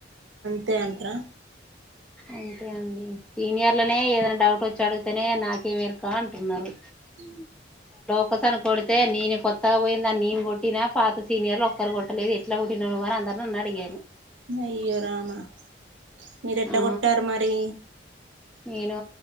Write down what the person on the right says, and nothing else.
తే అంట్రా
అ
అయ్యో రామా మీరు ఎట్లా
కొట్టారు మరి